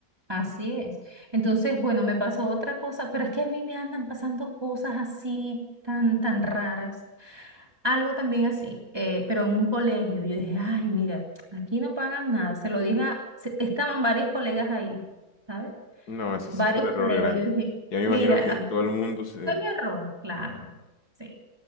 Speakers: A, on the right; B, on the left.
A: Así es. Entonces, bueno, me pasó otra cosa, pero es que a mí me andan pasando cosas así tan, tan raras. Algo también así, eh, pero en un colegio. Yo dije, ay, mira, aquí no pagan nada. Se lo dije a- se- estaban varios colegas ahí, ¿sabes?
B: No, ese
A: Varios
B: sí fue un error
A: colegas.
B: grande.
A: Yo dije,
B: Ya me
A: mira,
B: imagino que
A: <laughs>
B: todo el mundo se...
A: fue mi error, claro. Sí.